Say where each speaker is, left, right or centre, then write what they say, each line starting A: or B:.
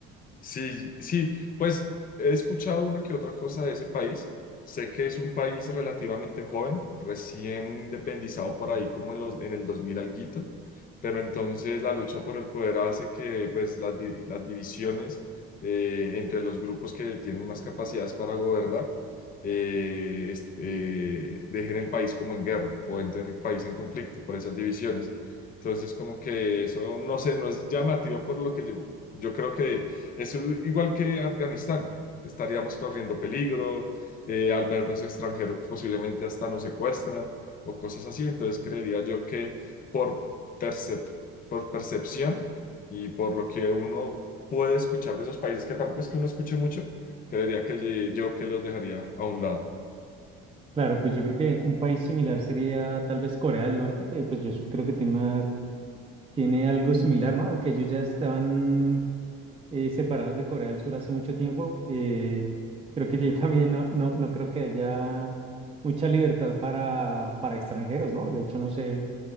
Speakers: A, on the left (about 30°); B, on the right (about 20°).
A: Sí, sí, pues he escuchado una que otra cosa de ese país. Sé que es un país relativamente joven, recién independizado por ahí como en los, en el 2000 alguito, pero entonces la lucha por el poder hace que pues las, di- las divisiones eh, entre los grupos que tienen más capacidades para gobernar eh, es- eh, dejen el país como en guerra o entren el país en conflicto por esas divisiones. Entonces como que eso, no sé, no es llamativo por lo que yo, yo creo que es igual que Afganistán. Estaríamos corriendo peligro, eh, al vernos extranjeros posiblemente hasta nos secuestran o cosas así. Entonces creería yo que por, percep- por percepción y por lo que uno puede escuchar de esos países, que tampoco es que uno escuche mucho, creería que ye- yo que los dejaría a un lado.
B: Claro, pues yo creo que un país similar sería tal vez Corea del Norte, que pues yo su- creo que tiene una Tiene algo similar, ¿no? Aunque ellos ya estaban eh, separados de Corea del Sur hace mucho tiempo, eh, creo que allí <laughs> también no, no, no creo que haya mucha libertad para, para extranjeros, ¿no? De hecho, no sé,